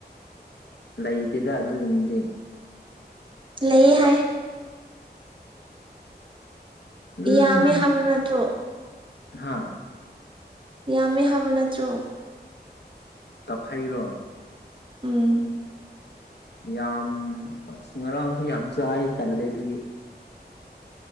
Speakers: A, on the left (about 75°); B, on the right (about 30°).
A: ꯂꯩꯇꯦꯗ ꯑꯗꯨꯒꯨꯝꯕꯗꯤ
B: ꯂꯩꯌꯦ ꯍꯥꯏ
A: ꯎꯝ
B: ꯌꯥꯝꯃꯦ ꯍꯥꯏꯕ ꯅꯠꯇ꯭ꯔꯣ
A: ꯍꯥ
B: ꯌꯥꯝꯃꯦ ꯍꯥꯏꯕ ꯅꯠꯇ꯭ꯔꯣ
A: ꯀꯥꯛꯐꯩꯔꯣ
B: ꯎꯝ
A: ꯌꯥꯝ ꯉꯔꯥꯡꯁꯨ ꯌꯥꯝ ꯆꯥꯏ ꯇꯜꯂꯦ ꯑꯗꯨꯒꯤ